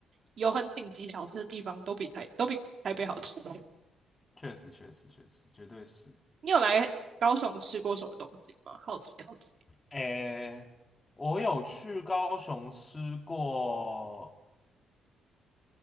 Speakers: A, on the right; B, on the left.
A: 有很顶级小吃的地方，都比台都比台北好吃。
B: 确实确实确实，绝对是。
A: 你有来高雄吃过什么东西吗？好奇好奇，
B: 诶，我有去高雄吃过